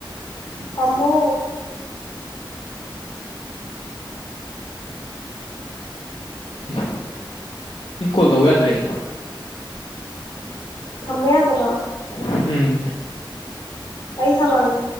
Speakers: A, on the left (about 50°); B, on the left (about 75°).
A: ꯊꯃꯣ
B: ꯑꯦ ꯏꯤꯟ ꯀꯣꯜ ꯇꯧ ꯌꯥꯗ꯭ꯔꯦ
A: ꯊꯝꯕ ꯌꯥꯗꯕꯥ
B: ꯎꯝ
A: ꯀꯩ ꯊꯃꯥꯡꯒ